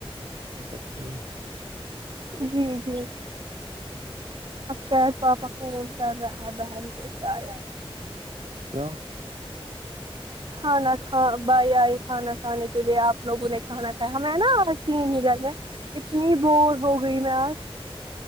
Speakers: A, on the right; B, on the right.
A: اچھا ٹھیک
B: جی جی اب شاید پاپا فون کر رہا ہے بہن کو شاید
A: کیوں
B: کھانا کھا بائی آئی کھانا کھانے کے لیے آپ لوگوں نے کھانا کھایا ہم ہیں نہ آج تین ہی گھر میں اتنی بور ہو گئی میں آج